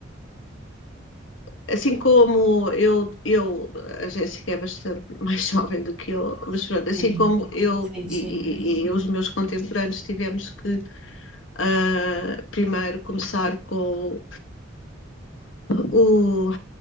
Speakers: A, on the left; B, in the centre.
A: Assim como eu, eu, a Jéssica é bastante <laughs> mais jovem do que eu, mas pronto, assim
B: sim,
A: como eu
B: sim,
A: e,
B: sim,
A: e- e os meus contemporâneos tivemos que ah, primeiro começar com o,